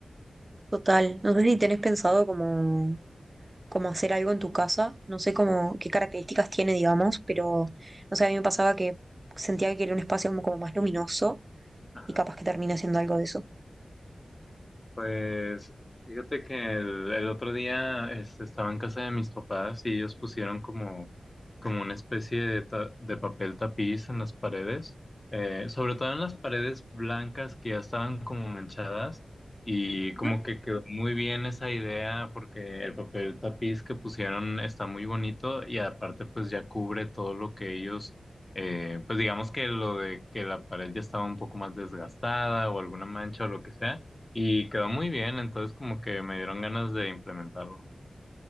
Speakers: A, on the right; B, on the left.
A: total. No sé si tenés pensado como como hacer algo en tu casa. No sé cómo, qué características tiene, digamos, pero no sé, a mí me pasaba que sentía que quería un espacio como, como más luminoso
B: Ajá.
A: y capaz que termine siendo algo de eso.
B: Pues fíjate que el, el otro día este, estaba en casa de mis papás y ellos pusieron como, como una especie de, ta- de papel tapiz en las paredes, eh, sobre todo en las paredes blancas que ya estaban como manchadas y como
A: Ujú.
B: que quedó muy bien esa idea porque el papel tapiz que pusieron está muy bonito y aparte pues ya cubre todo lo que ellos eh, pues digamos que lo de que la pared ya estaba un poco más desgastada o alguna mancha o lo que sea, y quedó muy bien, entonces como que me dieron ganas de implementarlo.